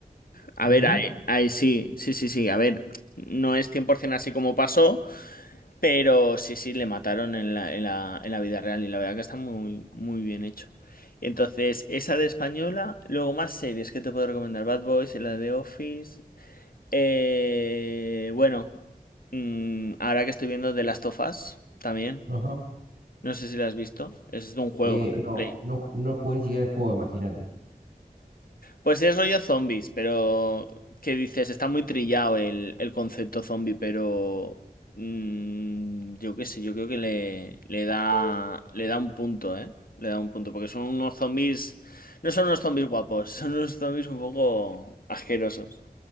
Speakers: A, on the left (about 65°); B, on the right (about 90°).
A: A
B: Mirá.
A: ver, ahí, ahí sí, sí, sí, sí. A ver, no es 100% así como pasó, pero sí, sí, le mataron en la, en la, en la vida real y la verdad que está muy, muy bien hecho. Entonces, esa de española, luego más series que te puedo recomendar. Bad Boys, la de Office. Eh, bueno, mm, ahora que estoy viendo The Last of Us también.
B: Ajá.
A: No sé si la has visto. Es de un juego.
B: Eh, no,
A: Play.
B: no, ju- no jugué ni siquiera el juego, imagínate.
A: Pues es rollo zombies, pero ¿qué dices? Está muy trillado el, el concepto zombie, pero mm, yo qué sé, yo creo que le, le da le da un punto, ¿eh? Le da un punto, porque son unos zombies, no son unos zombies guapos, <laughs> son unos zombies un poco asquerosos.